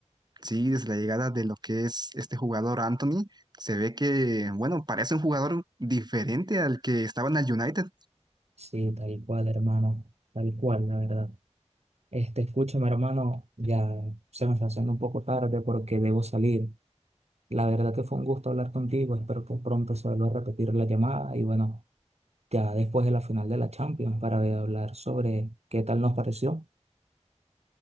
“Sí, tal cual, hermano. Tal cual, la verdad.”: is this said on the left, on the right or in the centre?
Right